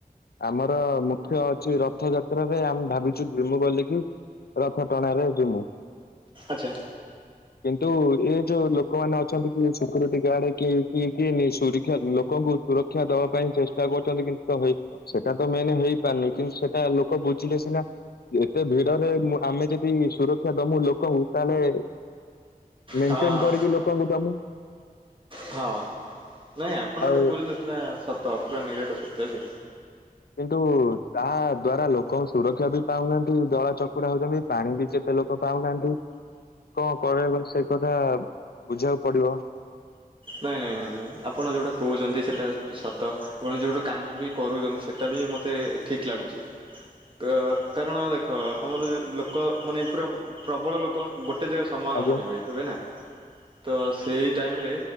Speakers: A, on the left; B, on the right.
A: ଆମର ମୁଖ୍ୟ ଅଛି ରଥଯାତ୍ରାରେ ଆମେ ଭାବିଛୁ ବିମୁଁ ଗଲିକି ରଥ ଟଣା ରେ ଜିମୁ।
B: ଆଚ୍ଛା।
A: କିନ୍ତୁ ଏ ଯୋଉ ଲୋକମାନେେ ଅଛନ୍ତି କି ସିକ୍ୟୁରିଟି ଗାର୍ଡ କି କି କିନି ସୁରିକ୍ଷା ଲୋକଙ୍କୁ ସୁରକ୍ଷା ଦବା ପାଇଁ ଚେଷ୍ଟା କରୁଛନ୍ତି କିନ୍ତୁ ତ ହେଇ ସେଟା ତ ମେନ ହେଇପାରୁନି କିନ୍ତୁ ସେଟା ଲୋକ ବୁଝିଲେ ସିନା ଏତେ ଭିଡରେ ମୁ ଆମେ ଯଦି ସୁରକ୍ଷା ଦମୁ ଲୋକଙ୍କୁ, ତାହେଲେ ମେନ୍
B: ହଁ
A: ଟେନ
B: ହଁ
A: କରିକି ଲୋକଙ୍କୁ ଦମୁ।
B: ହଁ, ନାଇଁ ଆପଣ
A: ଆଉ
B: ଗୋଟେ କହୁଛନ୍ତି ଏଟା ସତ ପୁରା ନିରାଟ ସତ୍ୟ ଯେ
A: କିନ୍ତୁ ତା ଦ୍ଵାରା ଲୋକଙ୍କ ସୁରକ୍ଷା ବି ପାଉନାହାନ୍ତି ଦଳା ଚକୁଡ଼ା ହଉଛନ୍ତି। ପାଣି ବି କେତେ ଲୋକ ପାଉନାହାନ୍ତି। କଣ କରିବା କହୁନୁ ସେ କଥା ବୁଝିବାକୁ ପଡିବ।
B: ନାଇଁ ନାଇଁ ନାଇଁ ନାଇଁ ଆପଣ ଯେଉଁଟା କହୁଛନ୍ତି ସେଇଟା ସତ। କୌଣସି ଯୋଉ ଗଟେ କାମ ବି କରୁଚନ୍ତି। ସେଟା ବି ମତେ ଠିକ୍ ଲାଗୁଚି। ଅ କରଣ ଦେଖ। ଆମର ଯେ ଲୋକ ମାନେ ପୁରା ପ୍ରବଳ ଲୋକ ଗୋଟେ ଜାଗାରେ ସମାଗମ
A: ଆଜ୍ଞା।
B: ହେବେ। ହେବେନା ତ ସେଇ ଟାଇମରେ